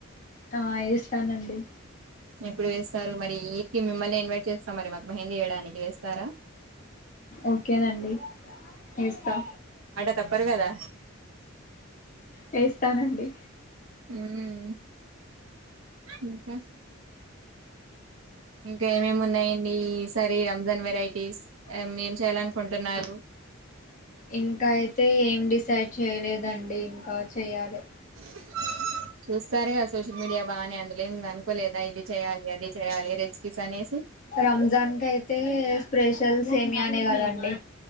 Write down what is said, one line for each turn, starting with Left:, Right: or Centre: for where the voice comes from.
Left: ఆ ఏస్తానండి
Right: ఎప్పుడు వేస్తారు మరి ఇంటికి మిమ్మల్ని ఇన్వైట్ చేస్తాం, మరి మాకు మహందీ వేయడానికి వేస్తారా,
Left: ఓకేనండి వేస్తా
Right: తప్పదు కదా
Left: వేస్తానండి
Right: మ్మ్ ఇంకా ఇంకా ఏమేమి ఉన్నాయండి, ఈ సారి రంజాన్ వెరైటీస్ ఏం ఏం చేయాలనుకుంటున్నారు రు
Left: ఇంకా అయితే ఏం డిసైడ్ చేయలేదండి, ఇంకా చెయ్యాలి
Right: <unintelligible> చూసారుగా సోషల్ మీడియా బాగానే అందులో ఏమి అనుకోలేదా, ఇది చేయాలి అది చేయాలి రెసీపీస్ అనేసి
Left: రంజాన్ క అయితే స్పెషల్ సేమ్యా నే కదండి